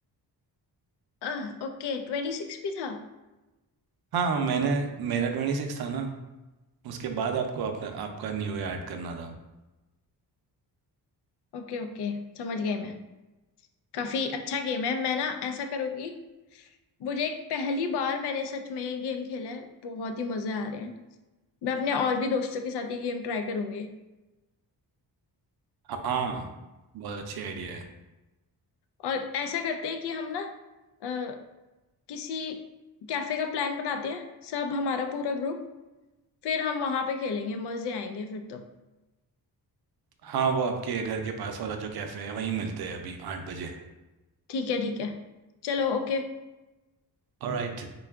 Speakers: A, on the left; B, on the right.
A: अह, Okay 26 भी था
B: हाँ मैंने मेरा ट्वेंटी सिक्स था ना उसके बाद आपको आपका आपका न्यू ईयर ऐड करना था
A: ओके ओके समझ गई मैं काफी अच्छा गेम है मैं ना ऐसा करूंगी मुझे एक पहली बार मैंने सच में ये गेम खेला है बहुत ही मजे आ रहे हैं मैं अपने और भी दोस्तों के साथ ये गेम ट्राई करूंगी
B: हाँ बहुत अच्छी आइडिया है
A: और ऐसा करते हैं कि हम ना अह, किसी कैफे का प्लान बनाते हैं सब हमारा पूरा ग्रुप फिर हम वहां पे खेलेंगे मजे आएंगे फिर तो
B: हाँ वो आपके घर के पास वाला जो कैफे है वहीं मिलते हैं अभी आठ बजे
A: ठीक है ठीक है चलो ओके
B: ऑलराइट